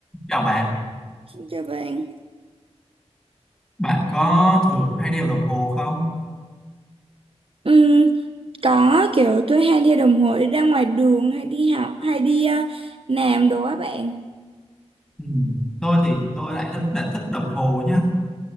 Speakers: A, in the centre; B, on the right.
A: Chào bạn,
B: Xin chào bạn.
A: bạn có thường hay đeo đồng hồ không?
B: Ừm, có kiểu tôi hay đeo đồng hồ đi ra ngoài đường hay đi học hay đi uh, làm đồ á bạn
A: Ừ. Tôi thì tôi lại rất là thích đồng hồ nhá,